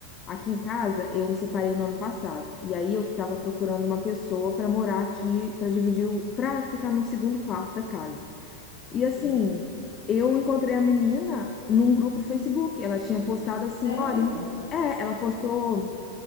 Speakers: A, on the left; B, on the left.
A: aqui em casa, eu me separei no ano passado, e aí eu que tava procurando
B: Aham.
A: uma pessoa pra morar aqui, pra dividir, o- pra ficar no segundo quarto da casa. E assim,
B: Sim.
A: eu encontrei a menina num grupo de Facebook. Ela tinha postado assim,
B: Sério?
A: olha, é, ela postou.